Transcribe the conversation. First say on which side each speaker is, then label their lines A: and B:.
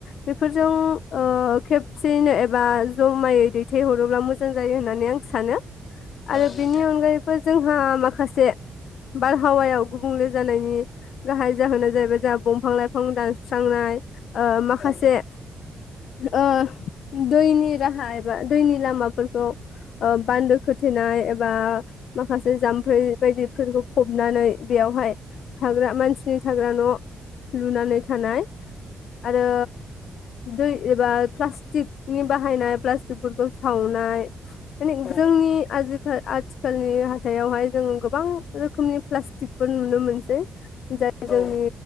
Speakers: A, on the left; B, on the left.
A: बेफोरजों ओ खेबसेयैनो एबा जमायै दैथायहरोब्ला मोजां जायो होननानै आं सानो।
B: औ
A: आरो
B: औ नोंथां
A: बेनि अनगायैबो जोंहा माखासे बारहावायाव गुबुंले जानायनि गाहाय जाहोना जाहैबाय जोंहा दंफां लाइफां दान्स स्रांनाय ओ माखासे
B: औ
A: ओ दैनि राहा एबा दैनि लामाफोरखौ ओ बान्दो खोथेनाय ए बा माखासे जाम्फै बायदि फोरखौ फबनानै बेयावहाय थाग्रा मानसिनि थाग्रा न' लुनानै थानाय आरो दै एबा प्लास्टिकनि बाहायनाय प्लास्टिकफोरखौ सावनाय माने
B: औ
A: जोंनि आजि आथिखालनि हाथाइआवहाय जोंङो गोबां रोखोमनि प्लास्टिकफोर नुनो मोनसै जाय
B: औ
A: जोंनि
B: औ